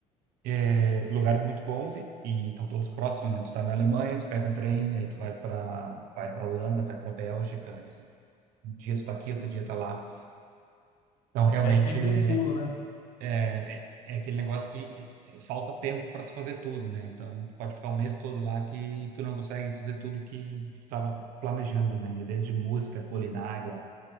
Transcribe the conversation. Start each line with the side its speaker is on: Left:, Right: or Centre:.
Right: é, lugares muito bons e, e estão todos próximos, né? Tu tá na Alemanha, tu pega um trem, aí tu vai para vai para Holanda, vai para Bélgica. e Um dia tu tá aqui, outro dia tá lá. Então realmente
Left: É sempre
Right: é,
Left: um pulo, né?
Right: É, é, é aquele negócio que eh, falta tempo para tu fazer tudo, né? Então, tu pode ficar o mês todo lá que tu não consegue fazer tudo que, que tu estava planejando, né? Desde música, culinária,